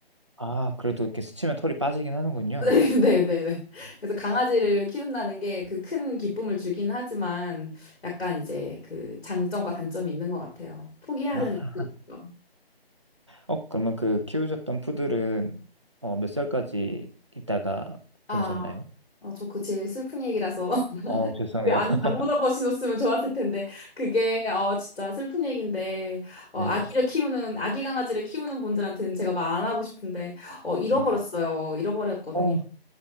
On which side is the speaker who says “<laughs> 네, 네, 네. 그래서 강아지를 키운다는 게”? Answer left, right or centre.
Left